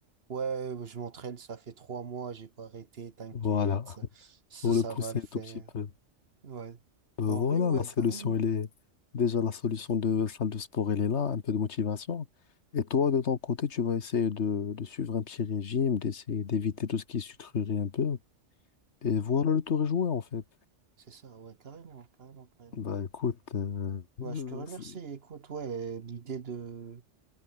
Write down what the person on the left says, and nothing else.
Voilà. <laughs>
Pour
le pousser
un tout petit peu.
Ben
voilà,
la solution,
elle est déjà la solution de salle de sport, elle est là, un peu de motivation. Et toi, de ton côté, tu vas essayer de, de suivre un petit régime, d'essayer d'éviter tout ce qui est sucrerie un peu. Et voilà, le tour est joué, en fait.
Ben écoute, euh,
euh,
c'est-